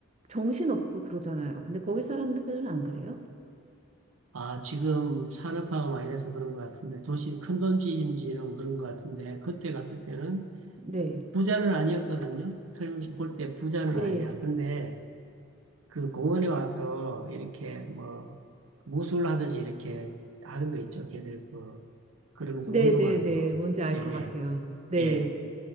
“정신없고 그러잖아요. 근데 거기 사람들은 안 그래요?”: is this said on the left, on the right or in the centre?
Right